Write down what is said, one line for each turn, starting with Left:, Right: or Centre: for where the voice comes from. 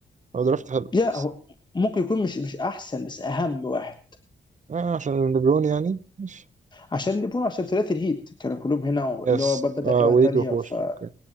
Right: هو درافت حلو
Left: يا
Right: بس
Left: هو ممكن يكون مش مش احسن بس اهم واحد
Right: آه عشان ليبرون يعني ماشي
Left: عشان ليبرون عشان ثلاثي الهيت كانوا كلهم هنا
Right: يس
Left: اللي هو بدا
Right: آه
Left: ايرا
Right: ويد
Left: تانية
Right: وبوش
Left: ف
Right: أوكي